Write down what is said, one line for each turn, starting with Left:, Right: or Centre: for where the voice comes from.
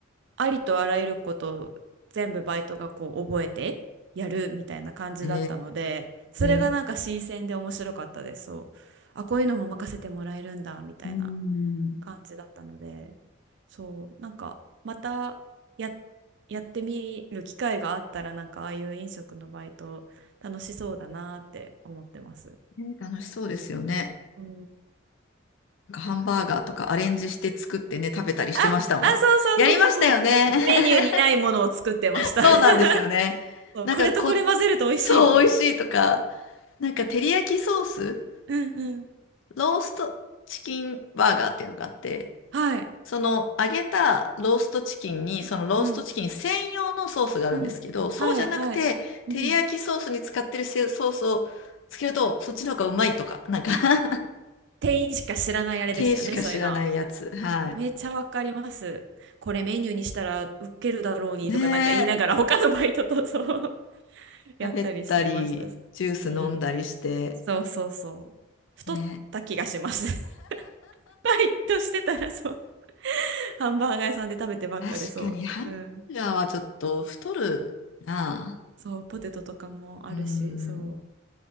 Right: ありとあらゆることを全部バイトがこう覚えてやるみたいな感じだったので、
Left: え
Right: それがなんか新鮮で面白かったです。
Left: ー、
Right: そう。あ、こういうのも任せてもらえるんだみたいな
Left: うん。
Right: 感じだったので、そう、なんかまたや、やってみる機会があったら、なんかああいう飲食のバイト楽しそうだなって思ってます。
Left: ね楽しそうですよね。
Right: うん。
Left: なんかハンバーガーとかアレンジして作ってね、
Right: あつ
Left: 食べたりしてましたもん。
Right: あ、あ、そうそうそうそう、
Left: やりましたよね。
Right: もうメニューにないものを作ってました。
Left: <laughs> そうなんですよね。
Right: <laughs> そう、
Left: なんかこ、
Right: これとこれ混ぜると美味しいみたいな。
Left: そう、美味しいとか、なんか照り焼きソース、
Right: うんうん。
Left: ローストチキンバーガーっていうのがあって、
Right: はい。
Left: その揚げたローストチキンに、そのローストチキン専用のソースがあるんですけど、
Right: うん。うん。
Left: そうじゃなくて、
Right: はい、はい。うん。
Left: 照り焼きソースに使ってるせソースをつけると、そっちの方がうまいとか、なんか <laughs>
Right: 店員しか知らないあれですよね、
Left: 手しか知らないやつ。
Right: そういうの。
Left: はい。
Right: めっちゃわかります。これメニューにしたらウケるだろうにとかなんか言いながら他のバイトとそう
Left: ねえ、
Right: <laughs> やったりしてました。
Left: 喋ったり、ジュース飲んだりして。
Right: うん。そうそうそう。太った気がします。
Left: ね。
Right: <laughs> バイトしてたらそう。ハンバーガー屋さんで食べてばっかでそう。
Left: 確かにハンバーガーはちょっと太るな
Right: うん。そう、ポテトとかもあるし、
Left: うーん。
Right: そう。